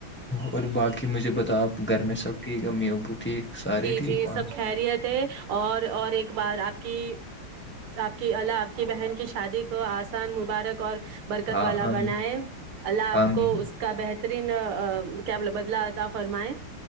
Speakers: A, in the centre; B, on the right.
A: اور باقی مجھے بتاؤ آپ گھر میں سب ٹھیک امی ابو ٹھیک سارے
B: جی
A: ٹھیک
B: جی
A: وہاں
B: سب
A: سے؟
B: خیریت تھا اور اور ایک بار آپ کی آپ کی آپ کی بہن کی شادی کو آسان مبارک اور برکت
A: ہاں
B: والا
A: آمین
B: بنائے اللہ آپ
A: آمین
B: کو اس کا بہتر رین کیا بول بدلا تھا فرمائے